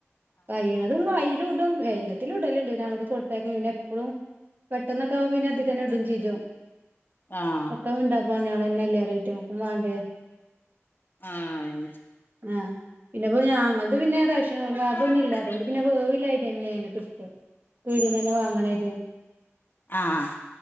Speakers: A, on the right (about 45°); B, on the left (about 45°).
A: കയിണതും അയിലു ഇടും എല്ല തി ലു ഇടലുണ്ട് പിന്നെ അങ്ങട്ട് കൊടുത്തേക്കും പിന്നെ എപ്പളും. പെട്ടെന്നൊക്കാവുമ്പ പിന്നെ ഇത് തന്നെ ഇടും ചെയ്യും.
B: ആ
A: <unintelligible> ഞമ്മക്കുംവാണ്ടേ?
B: ആ അയന്നെ.
A: ആ പിന്നെപ്പോ ഞാ ഞങ്ങളത് പിന്നെ റേ അതൊന്നുല്ല
B: അതന്നെ
A: അതുകൊണ്ട് പിന്നെ വേവിലരിയെ ന്നേണ് കിട്ട പീടിന്നന്നെ വാങ്ങണ അരിയാണ്
B: ആ ആ